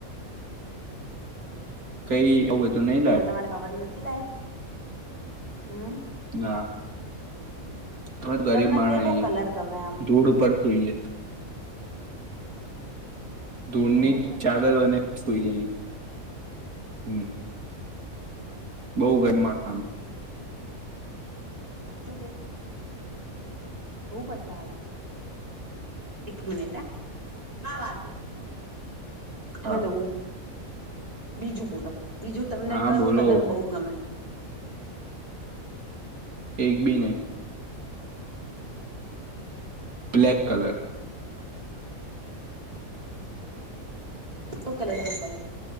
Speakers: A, on the right; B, on the right.
A: <inaudible>
B: કઈ કવું હતું ન
A: એ તો તમારે ખબર નથી લ્યા હમ
B: ના તમે ગરીબ
A: તમને
B: માણ
A: કેવો
B: આવીએ
A: કલર ગમે આમ
B: ધૂળ ઉપર સુઈએ દોની
A: એવું છે
B: ચાદર બનાની સોઈ ગ હમ
A: હા
B: બઉુ ગરમામ
A: જુ બહ મજા આવી એક મિનિટ હ વા
B: હા
A: હલો બીજું બોલો બીજું તમને
B: હા
A: કરો
B: બોલો
A: કલર બહુ ગમે
B: એક બી નહી બ્લેક કલર
A: બ કલર બૂકમે